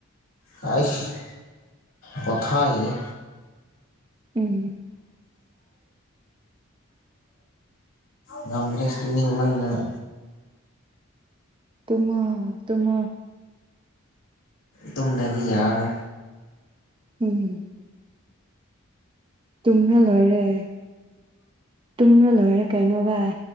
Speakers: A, on the left; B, on the right.
A: ꯍꯩꯁ ꯄꯣꯊꯥꯒꯤꯒꯦ
B: ꯎꯝ
A: ꯉꯝꯗ꯭ꯔꯦ ꯇꯨꯝꯅꯤꯡꯃꯟꯗꯅ
B: ꯇꯨꯝꯃꯣ ꯇꯨꯝꯃꯣ
A: ꯇꯨꯝꯅꯕꯤ ꯌꯥꯕ
B: ꯎꯝ ꯇꯨꯝꯅ ꯂꯣꯏꯔꯦ ꯇꯨꯝꯅ ꯂꯣꯏꯔꯦ ꯀꯩꯅꯣ ꯚꯥꯏ